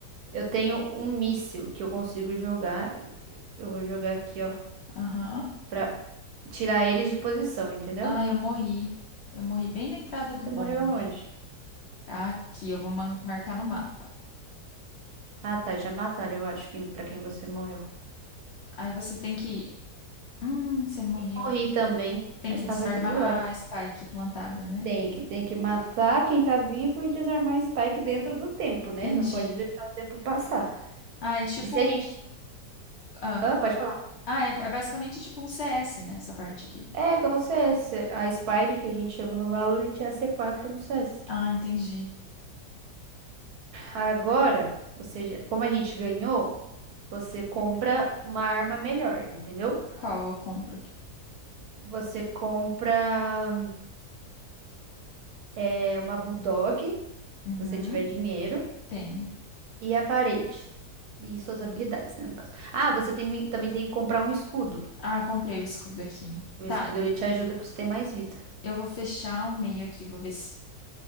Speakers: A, on the right; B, on the left.
A: Eu tenho um míssil que eu consigo jogar. Eu vou jogar aqui, ó,
B: Aham.
A: pra tirar eles de posição, entendeu?
B: Ah, eu morri. Eu morri bem na entrada do
A: Você
B: bombe.
A: morreu aonde?
B: Aqui, eu vou man- marcar no mapa.
A: Ah, tá, já mataram, eu acho que pra quem você morreu.
B: Aí você tem que. Hum, você morreu.
A: E morri também,
B: Tem
A: mas
B: que
A: tava
B: desarmar
A: aqui do
B: a
A: lado.
B: spike plantada, né?
A: Tem que, tem que matar quem tá vivo e desarmar Spike dentro do tempo, né?
B: Entendi.
A: Não pode deixar o tempo passar.
B: Ah, é tipo.
A: Que se a gente.
B: Ah,
A: Ah, pode falar.
B: ah é, é basicamente tipo um CS, né? Essa parte aqui.
A: É igual o CS. A Spike que a gente chama no Valorant é a C4 no CS.
B: Ah, entendi.
A: Agora, você, já- como a gente ganhou, você compra uma arma melhor, entendeu?
B: Qual eu compro aqui?
A: Você compra é, uma Bulldog, se
B: Uhum,
A: você tiver dinheiro.
B: tenho.
A: E a parede. E suas habilidades, né, no caso. Ah, você tem- também tem que comprar um escudo.
B: Ah, comprei o escudo aqui.
A: O
B: Tá,
A: escudo ele te ajuda pra você ter mais vida.
B: eu vou fechar o meio aqui, vou ver se.